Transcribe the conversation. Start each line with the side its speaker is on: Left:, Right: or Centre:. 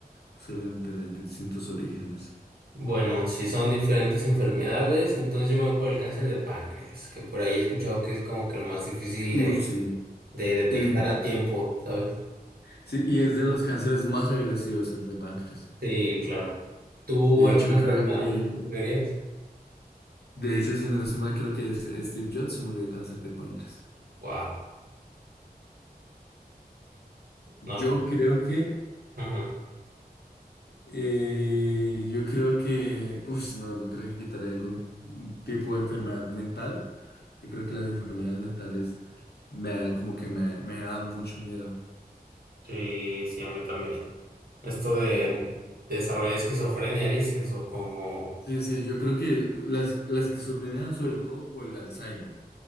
Left: suelen tener distintos orígenes.
Right: Bueno, si son diferentes enfermedades, entonces yo me voy por el cáncer de páncreas, que por ahí he escuchado que es como que el más difícil
Left: Uh,
Right: de,
Left: sí.
Right: de detectar
Left: El,
Right: a tiempo, ¿sabes?
Left: sí, y es de los cánceres más agresivos el de páncreas.
Right: Sí, claro. ¿Tú
Left: De
Right: alguna
Left: hecho,
Right: enfermedad
Left: creo que,
Right: que tú querías?
Left: de hecho, si no estoy mal, creo que es Steve Jobs se murió de cáncer de páncreas.
Right: Wow.
Left: Yo
Right: No, pues.
Left: creo que,
Right: ajá.
Left: eh, yo creo que, uff, no, yo creo que quitaré algún tipo de enfermedad mental Yo creo que las enfermedades mentales me da- como que me, me da mucho miedo.
Right: Sí, sí, a mí también. Esto de
Left: Como,
Right: desarrollar esquizofrenia, dices, o como.
Left: sí, sí, yo creo que las, la esquizofrenia sobre todo o el Alzheimer,